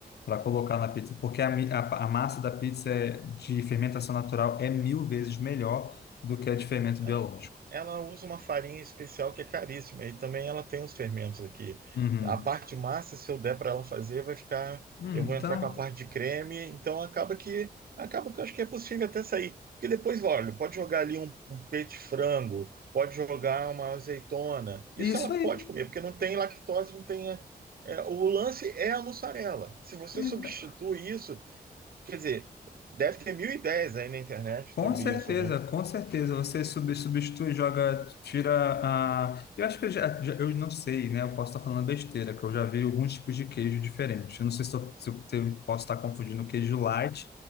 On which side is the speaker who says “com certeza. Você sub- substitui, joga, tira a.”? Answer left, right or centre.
Left